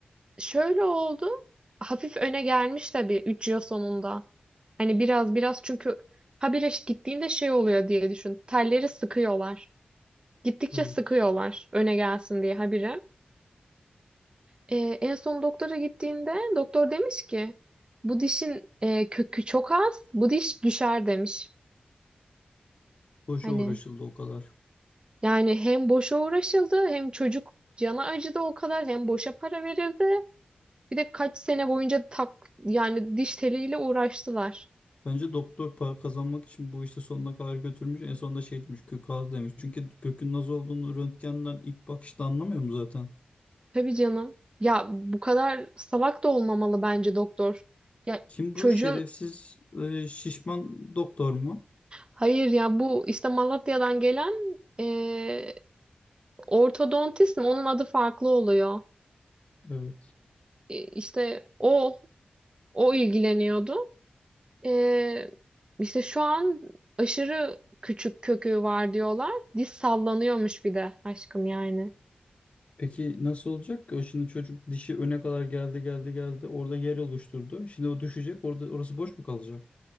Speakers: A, on the right; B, on the left.
A: Şöyle oldu. Hafif öne gelmiş tabii 3 yıl sonunda. Hani biraz biraz çünkü habire gittiğinde şey oluyor diye düşün. Telleri sıkıyorlar. Gittikçe
B: Evet.
A: sıkıyorlar öne gelsin diye habire. Ee, en son doktora gittiğinde doktor demiş ki bu dişin e, kökü çok az. Bu diş düşer demiş.
B: Boşa
A: Hani
B: uğraşıldı o kadar.
A: yani hem boşa uğraşıldı hem çocuk cana acıdı o kadar hem boşa para verildi. Bir de kaç sene boyunca tak yani diş teliyle uğraştılar.
B: Bence doktor para kazanmak için bu işi sonuna kadar götürmüş. En sonunda şey demiş kök ağzı demiş. Çünkü kökün nasıl olduğunu röntgenden ilk bakışta anlamıyorum zaten.
A: Tabii canım. Ya bu kadar salak da olmamalı bence doktor. Ya
B: Kim
A: çocuğun
B: bu şerefsiz e, şişman doktor mu?
A: hayır ya bu işte Malatya'dan gelen e, ortodontist mi? Onun adı farklı oluyor.
B: Evet.
A: E, işte o o ilgileniyordu. E, işte şu an aşırı küçük kökü var diyorlar. Diz sallanıyormuş bir de aşkım yani.
B: Peki nasıl olacak ki? O şimdi çocuk dişi öne kadar geldi geldi geldi. Orada yer oluşturdu. Şimdi o düşecek. Orada orası boş mu kalacak?